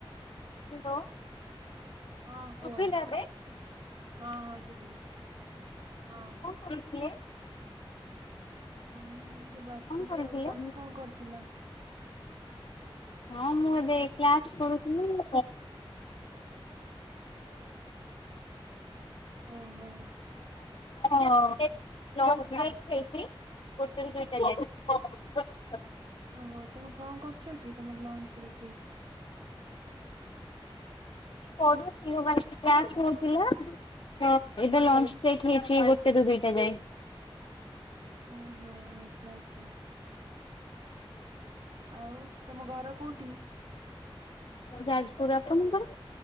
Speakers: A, on the left (about 65°); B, on the right (about 70°).
A: ହ୍ୟାଲୋ
B: ହଁ କୁହ
A: <inaudible>
B: ହଁ ହଁ ଶୁଭିଲା ହଁ
A: କରୁଥିଲେ?
B: ମୁଁ ଏମିତି ବସିଥିଲି।
A: କଣ କରୁଥିଲେ?
B: ଆଉ ତମେ କଣ କରୁଥିଲ?
A: ହଁ ମୁଁ ଏବେ କ୍ଲାସ୍ କରୁଥିଲି <inaudible>
B: ହୁଁ ହୁଁ।
A: ହଁ। ଭାଇ ଖାଇଛି। <inaudible>
B: ଓହୋ ତମେ କଣ କରୁଛ କି ତମର ଲଞ୍ଚ୍ ବ୍ରେକ୍ ହେଇଛି?
A: ପଢ଼ୁଥିଲି ମାନେ କ୍ଲାସ୍ ହଉଥିଲା। ତ ଏଇଟା ଲଞ୍ଚ
B: ହୁଁ
A: ଲ ହେଇଛି। ତୁ ଦୁଇଟା ଯାଇ
B: ଓହୋ ଆଚ୍ଛା ଆଚ୍ଛା। ଆଉ ତମ ଘର କୋଉଠି?
A: ଯାଜପୁର ଆପଣଙ୍କର?